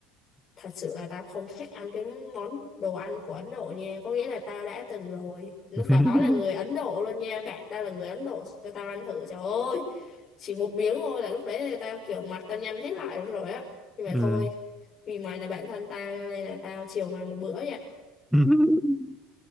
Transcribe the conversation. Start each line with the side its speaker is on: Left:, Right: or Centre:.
Left: thật sự là tao không thích ăn cái món đồ ăn của Ấn Độ nha có nghĩa là tao đã từng rồi lúc
Centre: <laughs>
Left: đó là người Ấn Độ luôn nha bạn tao là người Ấn Độ cho tao ăn thử trời ơi chỉ một miếng thôi là lúc đấy là tao kiểu mặt tao nhăn hết lại rồi á nhưng mà
Centre: ừ.
Left: thôi vì mày là bạn thân tao cho nên là tao chiều mày một bữa vậy
Centre: <laughs>